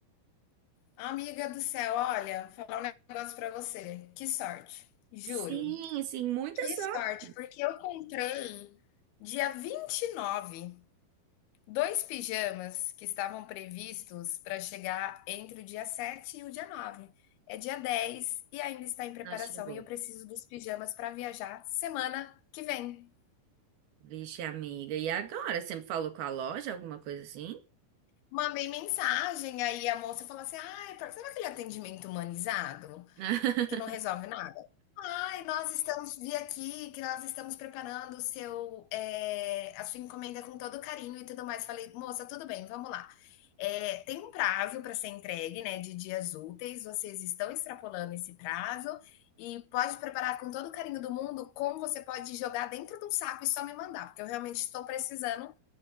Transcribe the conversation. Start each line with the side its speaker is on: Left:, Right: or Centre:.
Left: amiga do céu, olha, falar um negócio pra você. Que sorte, juro.
Right: Sim, sim, muita
Left: Que
Right: sorte.
Left: sorte, porque eu comprei dia 29 dois pijamas que estavam previstos para chegar entre o dia 7 e o dia 9. É dia 10 e ainda está em preparação
Right: Não chegou.
Left: e eu preciso dos pijamas para viajar semana que vem.
Right: Vixe, amiga. E agora? Sempre falou com a loja, alguma coisa assim?
Left: Mandei mensagem, aí a moça falou assim: "Ai, pra sabe aquele atendimento humanizado,
Right: <laughs>
Left: que não resolve nada? Ai, nós estamos vi aqui que nós estamos preparando o seu, eh, a sua encomenda com todo carinho e tudo mais". Falei: "Moça, tudo bem, vamos lá. Eh, tem um prazo para ser entregue, né, de dias úteis, vocês estão extrapolando esse prazo e pode preparar com todo o carinho do mundo, como você pode jogar dentro de um saco e só me mandar, porque eu realmente estou precisando